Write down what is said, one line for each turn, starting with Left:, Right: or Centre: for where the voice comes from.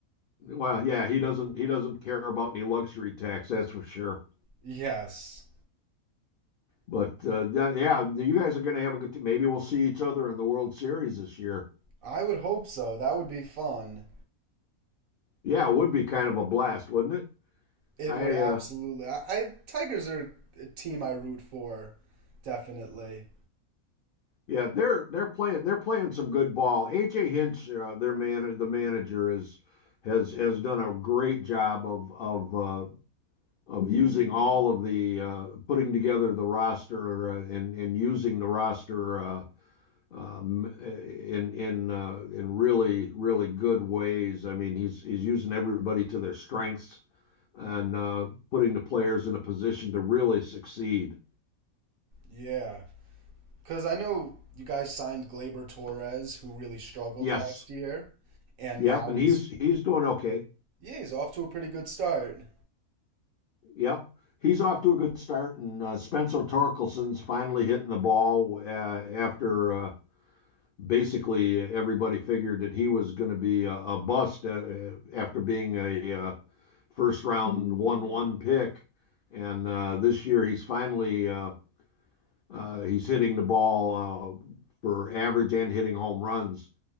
Left: Well, yeah, he doesn't he doesn't care about any luxury tax, that's for sure.
Right: Yes.
Left: But uh, yeah, yeah, you guys are going to have a good t- Maybe we'll see each other in the World Series this year.
Right: I would hope so. That would be fun.
Left: Yeah, it would be kind of a blast, wouldn't it?
Right: It
Left: I
Right: would absolutely.
Left: uh,
Right: I, I Tigers are a team I root for, definitely.
Left: yeah, they're they're playing they're playing some good ball. AJ Hinch, uh, their man, the manager is has has done a great job of of uh, of using all of the uh, putting together the roster uh, and and using the roster. Uh, um, in in uh, in really, really good ways. I mean, he's he's using everybody to their strengths and uh, putting the players in a position to really succeed.
Right: Yeah. Because I know you guys signed Gleyber Torres, who really struggled
Left: Yes.
Right: last year, and
Left: Yep.
Right: now
Left: And he's
Right: he's,
Left: he's doing okay.
Right: yeah, he's off to a pretty good start.
Left: Yep. He's off to a good start. And uh, Spencer Torkelson's finally hitting the ball uh, after uh, basically everybody figured that he was going to be a a bust uh, after being a a first round one one pick, and uh, this year he's finally uh, uh, he's hitting the ball uh, for average and hitting home runs.